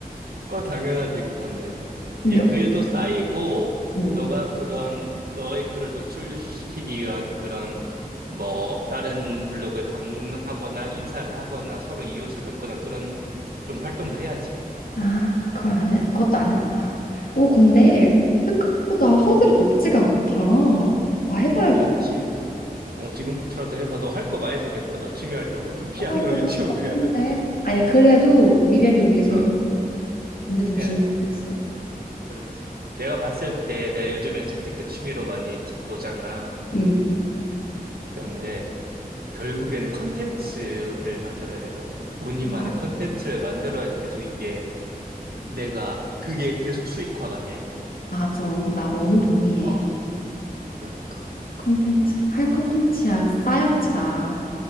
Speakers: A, on the right; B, on the left.
A: 어, 당연하지, 그거는.
B: 근데
A: 그게 글도 쌓이고,
B: 오,
A: 너가 그런, 너의 글을 노출시키기 위한 그런, 뭐, 다른 블로그에 방문하거나 인사를 하거나 서로 이웃을 뵙거나 그런 좀 활동도 해야지.
B: 아 그걸 안 했, 그것도 안 했다. 오 근데
A: 응,
B: 생각보다 허들이
A: 응.
B: 높지가 않다. 나 해봐야겠고.
A: 높지 않지. 어, 지금부터라도 해봐. 너 할 거 많이 생겼다. 너 취미 활동으로. 그 피아노
B: 아 너무
A: 유튜브도
B: 바쁜데.
A: 해야 되고.
B: 아니 그래도 미래를 위해서는
A: <laughs> 어,
B: 언제든
A: 해야지.
B: 준비되어 있어.
A: 그렇지. 내가 봤을 때, 내가 요즘에 재테크 취미로 많이 책 보잖아.
B: 음.
A: 그런데, 결국에는 컨텐츠를 만들어야 되더라고. 본인만의
B: 아,
A: 컨텐츠를 만들어야지 계속 이게, 내가, 그게 계속 수익화가 돼.
B: 맞아. 나 너무
A: 어,
B: 동의해.
A: 어, 그러니까.
B: 컨텐츠 할 컨텐츠야 쌓였지 나.